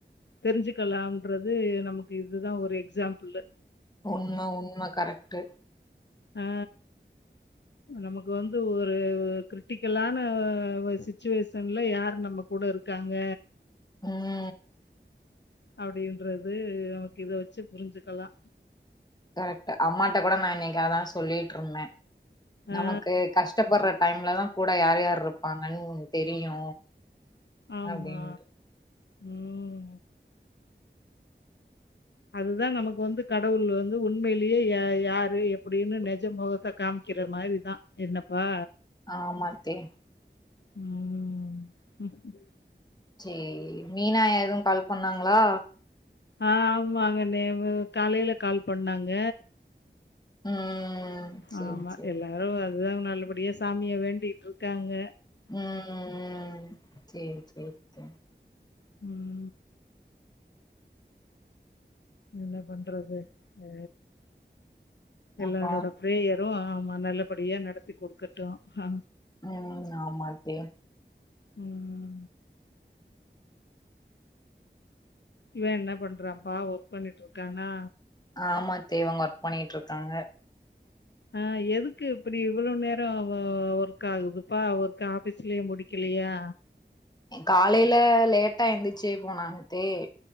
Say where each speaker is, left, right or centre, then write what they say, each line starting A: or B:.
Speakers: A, on the left; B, on the left.
A: தெரிஞ்சுக்கலாம்ன்றது நமக்கு இதுதா ஒரு எக்ஸாம்பிள்ளு
B: உண்ம உண்ம கரெக்ட்டு
A: ஆ நமக்கு வந்து ஒரு கிரிட்டிக்கலான சிச்சுவேஷன்ல யார் நமக்கு கூட இருக்காங்க
B: ம்
A: அப்படின்றது நமக்கு இத வச்சு புரிஞ்சுக்கலா
B: கரெக்ட் அம்மாட்டிட்ட கூட நா இன்னைக்கு அதா சொல்லிட்ருந்தே நமக்கு
A: ஆ
B: கஷ்டப்படுற டைம்லதா கூட யார் யார் இருப்பாங்கன்னு தெரியு
A: ஆமா
B: அப்டின்ட்டு
A: ம் அதுதா நமக்கு வந்து கடவுள் வந்து உண்மையிலேயே யா யாரு எப்படின்னு நெஜம் போக காம் வக்கிற மாதிரிதா என்னப்பா
B: ஆ மத்தே
A: ம்
B: சேரி மீனா எதும் கால் பண்ணாங்களா
A: ஆ ஆமாங்க நே காலையில கால் பண்ணாங்க
B: ம் சேரி
A: ஆமா
B: சேரி
A: எல்லாரும் அதுதான் நல்லபடியா சாமியா வேண்டிட்டு இருக்காங்க
B: ம் ம் ம் சேரி சேரி சேரி
A: ம் என்ன பண்றது அ எல்லாரோட
B: அப்றோ
A: ப்ரேயரும் ஆமா நல்லபடியா நடத்தி கொடுக்கட்டும் அ
B: ம் ஆமாத்தே
A: ம் இவன் என்ன பண்றான்ப்பா ஒர்க் பண்ணிட்டு இருக்கானா
B: ஆமாத்தே இவுங்க ஒர்க் பண்ணிட்டு இருக்காங்க
A: ஆ எதுக்கு இப்டி இவ்வளோவு நேரோம் ஒர்க் ஆகுதுபா ஒர்க் ஆபீஸ்லயே முடி கில்லியா
B: காலைல லேட்டா எந்துச்சு போனாங்கத்தே